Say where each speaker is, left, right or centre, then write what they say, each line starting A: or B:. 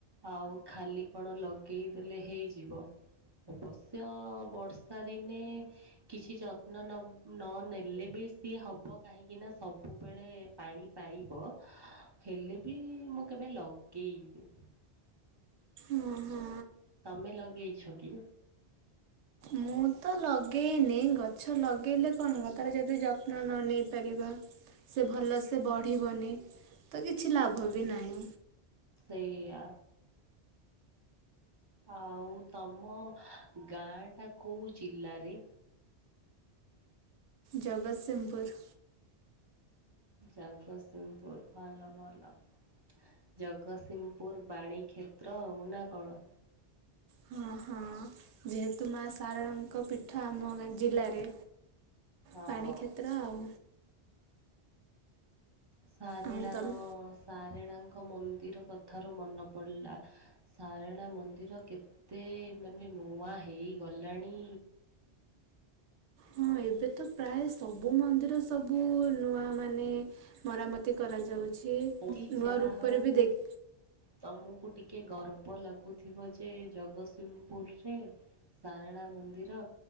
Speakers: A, on the right; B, on the right.
A: ଆଉ ଖାଲି କଣ ଲଗେଇଦେଲେ ହେଇଯିବ। ଅବଶ୍ୟ ବର୍ଷା ଦିନେ କିଛି ଯତ୍ନ ନ ନ ନେଲେ ବି ସିଏ ହବ କାହିଁକି ନା ସବୁବେଳେ ପାଣି ପାଇବ ହେଲେ ବି ମୁଁ କେବେ ଲଗେଇନି।
B: ଉ ହୁଁ।
A: ତମେ ଲଗେଇଛ କି?
B: ମୁଁ ତ ଲଗେଇନି ଗଛ ଲଗେଇଲେ କଣ ହବ ତାର ଯଦି ଯତ୍ନ ନ ନେଇ ପାରିବା। ସେ ଭଲସେ ବଢ଼ିବନି ତ କିଛି ଲାଭ ବି ନାହିଁ।
A: ସେଇଆ ଆଉ ତମ ଗାଁ ଟା କୋଉ ଜିଲ୍ଲାରେ?
B: ଜଗତସିଂହପୁର।
A: ଜଗତସିଂହପୁର ଭଲ ଭଲ। ଜଗତସିଂହପୁର ବାଣୀ କ୍ଷେତ୍ର ହେଉ ନା କଣ?
B: ହଁ ହଁ ଯେହେତୁ ମା ସାରଳଙ୍କ ପୀଠ ଆମା ଗା ଜିଲ୍ଲାରେ।
A: ହଁ।
B: ପାଣି କ୍ଷେତ୍ର ଆଉ।
A: ସାରେଳା
B: ଆଉ ତମେ
A: ହଁ ସାରିଳାଙ୍କ ମନ୍ଦିର କଥାରୁ ମନେ ପଡିଲା ସାରଳା ମନ୍ଦିର କେତେ ମାନେ ନୂଆ ହୋଇଗଲାଣି।
B: ହଁ ଏବେ ତ ପ୍ରାୟ ସବୁ ମନ୍ଦିର ସବୁ ନୂଆ ମାନେ ମରାମତି କରାଯାଉଛି
A: ପୁରୀ
B: ନୂଆ
A: ଯାହା
B: ରୂପରେ
A: ହଉ
B: ବି ଦେଖ
A: ତମକୁ ଟିକେ ଗର୍ବ ଲାଗୁଥିବ ଯେ ଜଗତସିଂହପୁରରେ ସାରଳା ମନ୍ଦିର